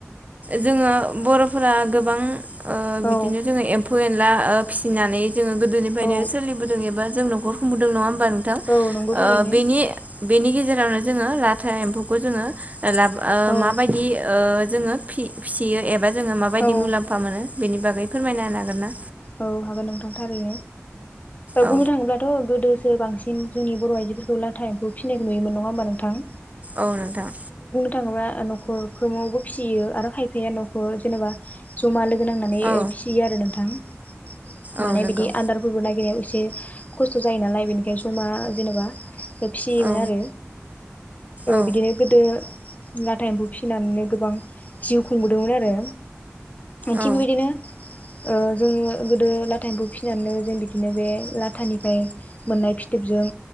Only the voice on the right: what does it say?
जोङो बर'फोरा गोबां ओ बिदिनो
जोङो एम्फौ एनला फिसिनानै जोङो गोदोनिफ्रायनो
सोलिबोदों एबा जों न'खर खुंदों नङा होनबा नोंथां?
ओ
बेनि बेनि गेजेरावनो जोङो लाथा एम्फौखौ जोङो ओ लाब
ओ
माबायदि ओ जोङो फि-फिसियो एबा जोङो माबायदि
मुलाम्फा मोनो बेनि बागै फोरमायनो हागोन ना?
औ
औ नोंथां।
औ
औ नंगौ
औ
औ
औ